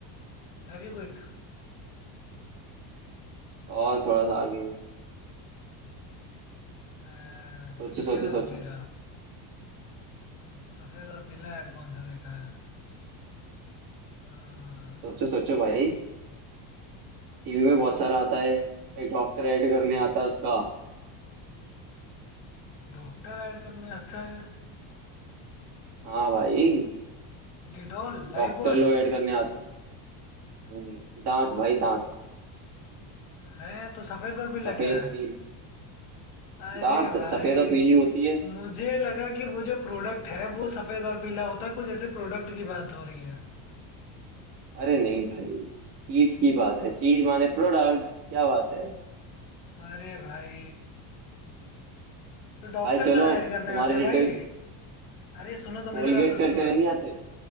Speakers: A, on the left; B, on the right.
A: फेविक्विक
B: और थोड़ा सा आगे
A: अ,
B: सोचो
A: सफेद
B: सोचो
A: और
B: सोचो
A: पीला सफेद और पीला ऐड कौन सा देखा है अ,
B: सोचो सोचो भाई
A: अ,
B: टीवी में
A: भाई
B: बहुत सारा
A: सब
B: आता है एक डॉक्टर ऐड करने आता है उसका
A: डॉक्टर ऐड करने आता है
B: हाँ भाई
A: Dettol Lifebuoy
B: डॉक्टर लोग ऐड करने आते हैं दांत भाई दांत
A: है तो सफेद और पीला
B: सफेद
A: क्या है
B: पील
A: अरे
B: दांत
A: भाई
B: सफेद और पीली होती है
A: मुझे लगा कि वो जो प्रोडक्ट है वो सफेद और पीला होता है कुछ ऐसे प्रोडक्ट की बात हो रही है
B: अरे नहीं भाई चीज की बात है चीज माने प्रोडक्ट क्या बात है
A: अरे भाई तो डॉक्टर
B: भाई चलो
A: कहाँ
B: अब
A: ऐड करने
B: तुम्हारी
A: आते हैं
B: डिटेल्स
A: भाई अरे सुनो तो
B: कोलगेट
A: मेरी बात तो
B: कट
A: सुनो
B: करने नहीं आते